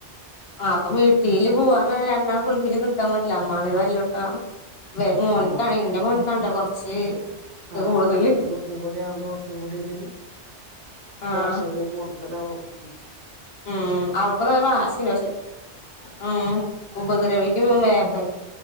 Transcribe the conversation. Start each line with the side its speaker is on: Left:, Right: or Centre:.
Left: ആ അപ്പൊ വീട്ടില് പോവാന്ന് രണ്ടാക്ക് ഒരുമിച്ച് നിക്കാൻ പറ്റൂല അമ്മാതിരി തല്ലുണ്ടാവു ഇവൻ
Right: ഉം
Left: എന്റെ മോൻക്കാട്ട കൊറച്ച് ഇത്
Right: ആഹ്
Left: കൂടുതല്
Right: അൺ കുട്ടിം കൂടി ആവുമ്പോ കൊർച്ചും കൂടി ഒരു
Left: ആഹ്
Right: വാശി കൂടും അതാവും
Left: ഉം അവക്ക്ന്ന വാശില്ല പക്ഷെ ഉം ഉപദ്രവിക്കും വേക്ക